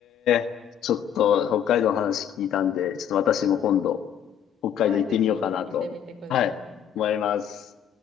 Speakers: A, on the left; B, on the right.
A: えちょっと北海道の話聞いたんで、ちょっと私も今度、
B: はい。
A: 北海道行ってみようかなと、
B: はい、ぜひ行ってみてください。
A: はい、思います。